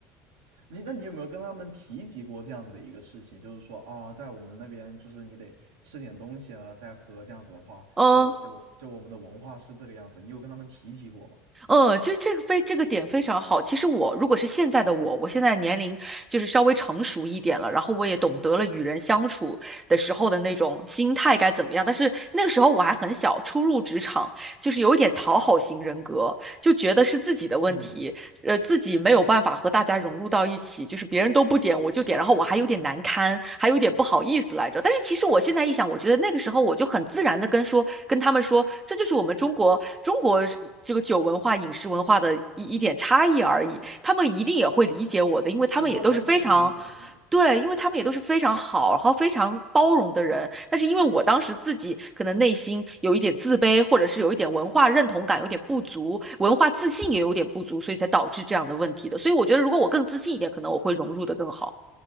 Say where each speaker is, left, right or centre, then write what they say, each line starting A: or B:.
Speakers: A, on the right; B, on the right.
A: 你那你有没有跟他们提及过这样子的一个事情？就是说啊、在我们那边就是你得吃点东西啊，再喝这样子的话，
B: 嗯。
A: 就就就我们的文化是这个样子。你有跟他们提及过吗？
B: 嗯，其实这个非这个点非常好。其实我如果是现在的我，我现在年龄就是稍微成熟一点了，然后我也懂得了与人相处的时候的那种心态该怎么样。但是那个时候我还很小，初入职场，就是有一点讨好型人格，就觉得是自己的问题。
A: 嗯，
B: 呃，自己没有办法和大家融入到一起，就是别人都不点，我就点，然后我还有点难堪，还有点不好意思来着。但是其实我现在一想，我觉得那个时候我就很自然的跟说，跟他们说，这就是我们中国中国是这个酒文化、饮食文化的一一点差异而已。他们一定也会理解我的，因为他们也都是非常
A: 对，他完全能理解的，肯定。
B: 对，因为他们也都是非常好，然后非常包容的人。但是因为我当时自己可能内心有一点自卑，或者是有一点文化认同感有点不足，文化自信也有点不足，所以才导致这样的问题的。所以我觉得，如果我更自信一点，可能我会融入的更好。